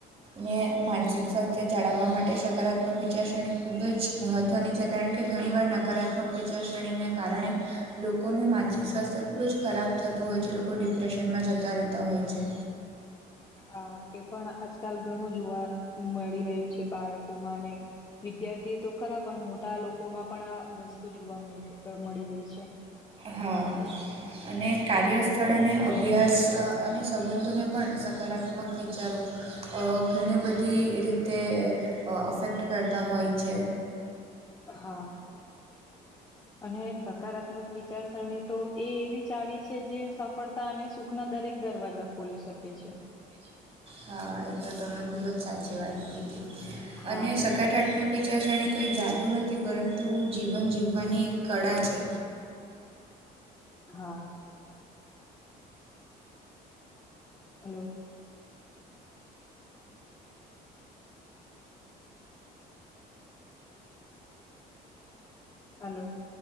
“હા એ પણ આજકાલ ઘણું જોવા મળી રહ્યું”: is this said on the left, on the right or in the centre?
Left